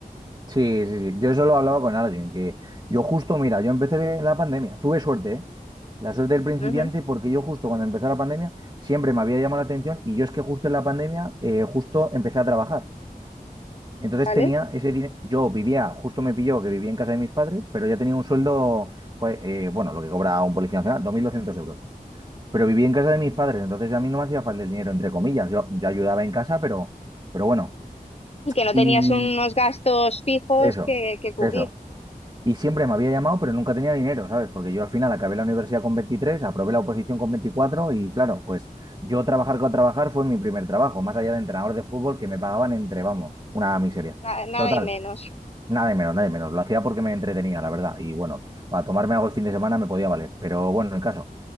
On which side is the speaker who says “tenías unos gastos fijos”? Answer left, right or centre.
Left